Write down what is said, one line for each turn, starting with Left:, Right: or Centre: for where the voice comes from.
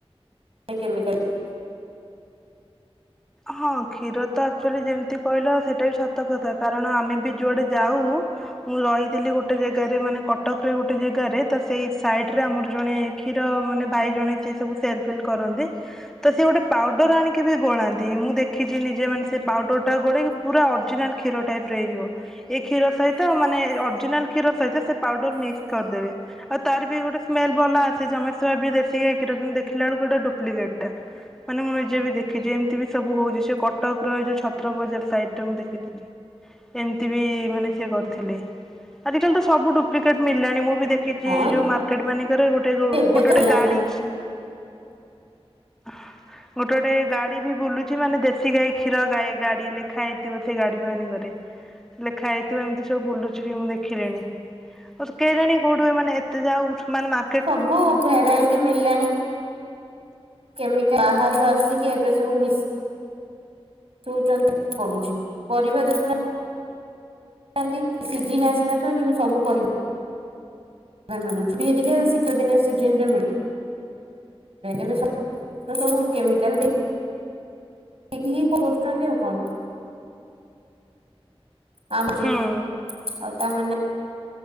Right: ଏ କେମିକାଲ
Centre: ହଁ କ୍ଷୀର ତ ଆକ୍କଚୁଲି ଯେମ୍ ତି କହିଲା ସେଇଟା ବି ସତ କଥା କାରଣ ଆମେ ବି ଯୁଆଡେ ଯାଉ ମୁଁ ରହିଥିଲି ଗୋଟେ ଜେଗାରେ ମାନେ କଟକରେ ଗୋଟେ ଜେଗାରେ ତ ସେଇ ସାଇଡରେ ଆମର ଜଣେ କ୍ଷୀର ମାନେ ଭାଇ ଜଣେ ସିଏ ସବୁ ସେଲ୍ ଫେଲ୍ କରନ୍ତି ତ ସିଏ ଗୋଟେ ପାଉଡର୍ ଆଣିକି ବି ଗୋଳା ଚି ମୁଁ ଦେଖିଚି ନିଜେ ମାନେ ସେ ପାଉଡ଼ରଟା ଗୋଳେଇକି ପୁରା ଅରିଜିନାଲ୍ କ୍ଷୀର ଟାଇପ୍ ର ହେଇଯିବ। ଏଇ କ୍ଷୀର ସହିତ ମାନେ ଅର୍ଜିନାଲ କ୍ଷୀର ସହିତ ସେ ପାଉଡର ମିକ୍ସ କରିଦେବେ। ଆଉ ତାର ବି ଗୋଟେ ସ୍ମେଲ୍ ଭଲ ଆସେ ସମସ୍ତେ ଭାବିବେ ଦେଶୀଗାଇ କ୍ଷୀର କିନ୍ତୁ ଦେଖିଲା ବେଳୁକୁ ଏଟା ଡୁପ୍ଲିକେଟ୍ ଟା। ମାନେ ମୁଁ ନିଜେ ବି ଦେଖିଚି ଏମ୍ତି ବି ସବୁ ହୋଉଚି ସେଇ କଟକ୍ ର ଏଇ ଯୋଉ ଛ ତ୍ର ବଜାର ସାଇଟ୍ ଟେ ମୁଁ ଦେଖିଥିଲି। ସେମ୍ତି ବି ମାନେ ସିଏ କରିଥିଲେ ଆଜିିକାଲି ତ ସବୁ ଡୁପ୍ଲିକେଟ୍ ମିଳିଲାଣି ମୁଁ ବି ଦେ ଖିଚି
Right: ହଁ
Centre: ଯୋଉ ମାର୍କେଟ୍ ମାନିଙ୍କରେ ଗୋଟେ ଗୋ
Right: ଏବେ
Centre: ଗୋଟେ
Right: ତ
Centre: ଟେ
Right: ହେଲାଣି
Centre: ଗାଡି ଗୋଟେ ଗୋଟେ ଗାଡି ବି ବୁଲୁ ଚି ମାନେ ଦେଶୀ ଗାଈ କ୍ଷୀର ଗାଈ ଗାଡି ଲେଖା ହେଇଥିବ ସେଇ ଗାଡି ମାନିଙ୍କରେ। ଲେଖା ହେଇଥିବ ଏମ୍ତି ସବୁ ବୁଲୁଚି ବି ମୁଁ ଦେଖିଲିଣି। କେଇଜାଣି କୋଉଠୁ ଏମାନେ ଏତେ ଯାଉ ମାନେ ମା
Right: ସବୁ ଭେରାଇଟି ମିଳିଲାଣି କେମିକା ବାହାରୁ ଆସି ଏବେ ସବୁ ମିଶ୍ ସୁଚ ପଡୁଚି ପରିବା ଦେଖୁନ ନରମି ସିଜିନ୍ ଆସି ନଥିବ କିନ୍ତୁ ସବୁ ପରି ମିଳୁଛି ବିହେଇକା ଶୀତଦିନଆ ସିଜନ୍ ରେ ମିଳୁ ଏବେ ସ ସବୁ କେମିକାଲ ଦେଇ ଦେଖିକି କରୁଚନ୍ତି ଆଉ କଣ। ଆଉଛି
Centre: ହୁଁ
Right: ଆଉ ତା ମାନେ